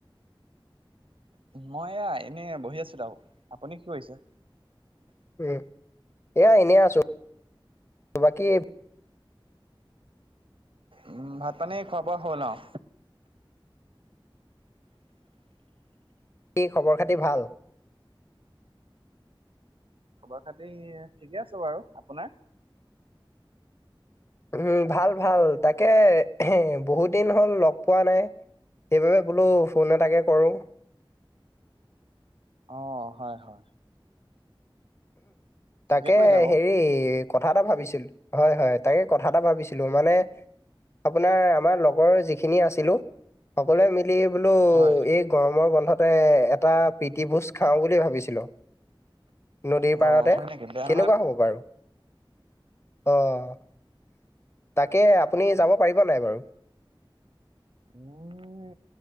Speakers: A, on the right; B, on the left.
A: মই এয়া এনে বহি আছিলো আউ আপুনি কি কৰিছে
B: উম এয়া এনে আছো বাকী
A: উম ভাত পানী খোৱো বোৱা হ'ল আওঁ
B: কি খবৰ খাতি ভাল
A: খবৰ খাতি ঠিকে আছে বাৰু আপোনাৰ
B: উম ভাল ভাল তাকে এ বহুত দিন হ'ল লগ পোৱা নাই সেইবাবে বোলো ফোন এটাকে কৰোঁ
A: অ হয় হয়
B: তাকে
A: ঠিকে কৰিলে বাৰু।
B: হেৰি কথা এটা ভাবিছিল হয় হয় তাকে কথা এটা ভাবিছিলো মানে আপোনাৰ আমাৰ লগৰ যিখিনি আছিলো সকলোৱে মিলি বোলো
A: হয়
B: এই গৰমৰ বন্ধতে এটা প্ৰিতি ভোজ খাও বুলি ভাবিছিলো নদীৰ
A: অ
B: পাৰতে
A: হয় নেকি বেয়া
B: কেনেকুৱা
A: নহয়।
B: হ'ব বাৰু অ', তাকে আপুনি যাব পাৰিব নাই বাৰু?
A: মই